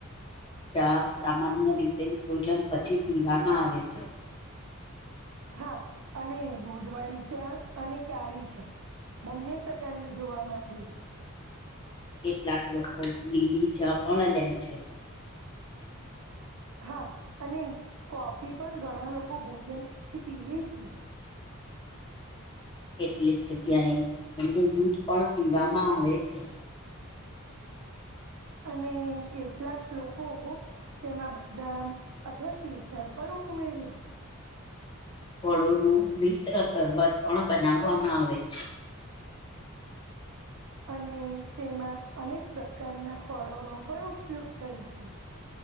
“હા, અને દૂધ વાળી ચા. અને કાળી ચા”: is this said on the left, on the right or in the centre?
Right